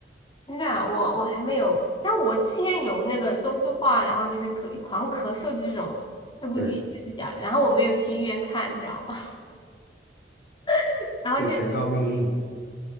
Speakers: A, on the left; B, on the left.
A: 真的啊，我我还没有，那我之前有那个说不出话，然后就是咳狂咳嗽的这种，那估计也是假的。
B: 对，
A: 然后我没有去医院看，你知道吗？<laughs> 然后就是
B: 就全靠命硬。